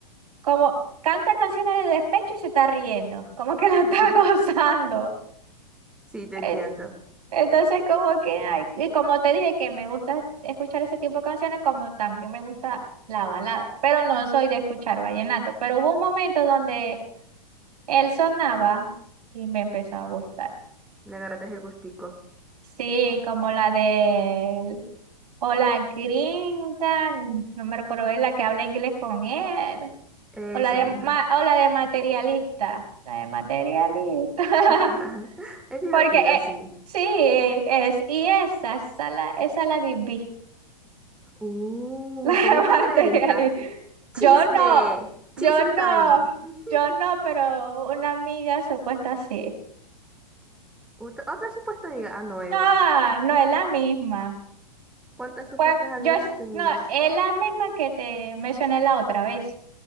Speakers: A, on the right (about 70°); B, in the centre.
A: como canta canciones de despecho y se está riendo, como que
B: Ajá.
A: la está <laughs> gozando.
B: Sí, te
A: Eh,
B: entiendo.
A: Entonces, como que, ay, y como te dije que me gusta escuchar ese tipo de canciones, como también me gusta la balada, pero no soy de escuchar vallenato, pero hubo un momento donde él sonaba y me empezó a gustar.
B: Le agarraste el gustico.
A: Sí, como la de o la gringa, no me recuerdo, es la que habla inglés con él,
B: Esa
A: o la de
B: misma.
A: ma- o la de materialista, la de materialista. <laughs>
B: <laughs> Es divertida,
A: Porque eh,
B: sí.
A: sí, es y esa, esa la, esa la viví,
B: Uh,
A: <laughs> la de
B: con un materialista.
A: materialista.
B: Chisme,
A: Yo no, yo
B: chisme
A: no,
B: time. <laughs>
A: yo no, pero una amiga supuesta sí.
B: Otra, otra supuesta amiga. Ah, no, Emma.
A: No, no es la misma.
B: ¿Cuántas supuestas
A: Pues
B: amigas
A: yo, s-
B: has tenido?
A: no, es la misma que te mencioné la otra vez.